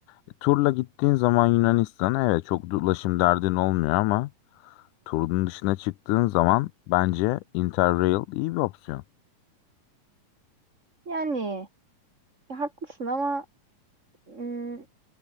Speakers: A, on the left; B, on the right.
A: E, turla gittiğin zaman Yunanistan'a evet çok da ulaşım derdin olmuyor ama turun dışına çıktığın zaman bence Interrail iyi bir opsiyon.
B: Yani ya haklısın ama ım,